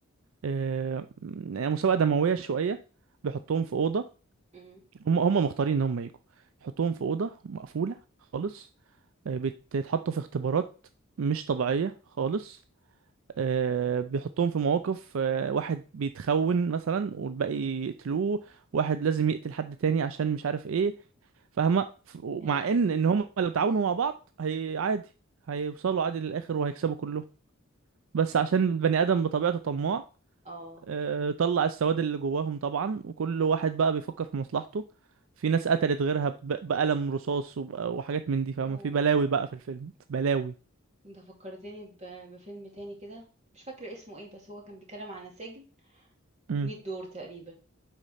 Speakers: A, on the right (about 70°); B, on the right (about 30°).
A: آه، يعني مسابقة دموية شوية بيحطوهم في أوضة
B: امم
A: هم هم مختارين إن هم يجوا يحطوهم في أوضة مقفولة خالص آه، بيتحطوا في اختبارات مش طبيعية خالص آه، بيحطوهم في مواقف آه، واحد بيتخون مثلا والباقي يقتلوه واحد لازم يقتل حد تاني عشان مش عارف ايه فاهمة ف-
B: يا
A: مع
B: لهوي
A: ان ان هم لو تعاونوا مع بعض هي عادي هيوصلوا عادي للآخر وهيكسبوا كلهم بس عشان البني آدم بطبيعته طماع
B: اه
A: آه، طلع السواد اللي جواهم طبعا وكل واحد بقى بيفكر في مصلحته في ناس قتلت غيرها ب- بقلم رصاص وب- وحاجات من دي فاهمة
B: اوه
A: في بلاوي بقى في الفيلم بلاوي
B: انت فكرتني ب... بفيلم تاني كده مش فاكرة اسمه ايه بس هو كان بيتكلم عن سجن
A: مم.
B: 100 دور تقريبا